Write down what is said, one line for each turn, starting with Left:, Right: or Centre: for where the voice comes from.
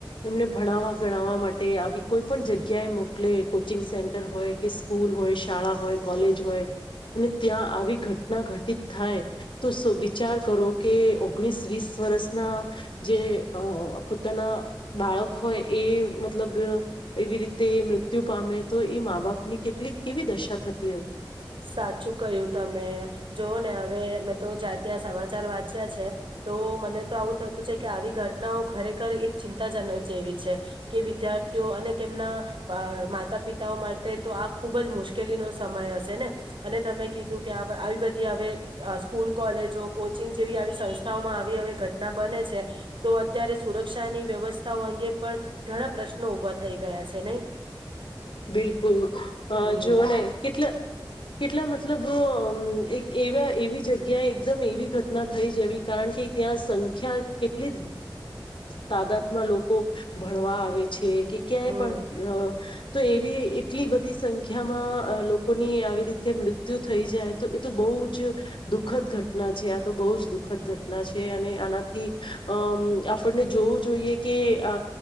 Left: એમને ભણાવવા ગણવા માટે આવી કોઈ પણ જગ્યા એ મોકલે કો કોચિંગ સેન્ટર હોય, કે સ્કૂલ હોય, શાળા હોય, કોલેજ હોય. અને ત્યાં આવી ઘટના ઘટિત થાય, તો વિચાર કરો કે ઓગણીસ વીસ વર્ષના જે પોતાના બાળક હોય એ મતલબ એવી રીતે મૃત્યુ પામે તો એ મા બાપની કેટલીક કેવી દશા થ
Right: સાચું કયું તમે. જોવ ને હવે. અમે તો જ્યાં ત્યાં સમાચાર વાંચ્યા છે. તો મને તો આવું થતું છે કે આવી ઘટનાઓ ખરેખર એક. ચિંતાજનક જેવી છે. કે વિદ્યાર્થીઓ અને તેમના મા માતા પિતાઓ માટે તો. આ ખુબ જ મુશ્કેલી નો સમય હશે ને. અને તમે કીધું કે આવી બધા. ત્યાં હવેઅ સ્કૂલ, કોલેજો, કોચિંગ જેવી આવી સંસ્થાઓમાં આવી હવે ઘટના બને છે. તો અત્યારે સુરક્ષાની વ્યવસ્થાઓ અંગે પણ ઘણા પ્રશ્નો ઉભા થઈ ગયા છે નહી?
Left: બિલકુલ અ
Right: હમ
Left: જોઓ ને કેટલા. કેટલા મતલબ અ એવા એવી જગ્યાએ એકદમ એવી ઘટના થઈ જવી. કારણ કે ત્યાં સંખ્યા કેટલી તાદાદમાં લોકો ભણવા આવે છે. છે કે ક્યાંય
Right: હમ
Left: પણ તો એવી એટલી બધી. સંખ્યામાં અ લોકોની આવી રીતે મૃત્યુ થઈ જાય. તો એ તો બહુ જો દુઃખ ઘટના છે. આ બહુ જ દુઃખ ઘટના છે. અને આનાથી અમ આપણને જોવું જોઈએ, કે અ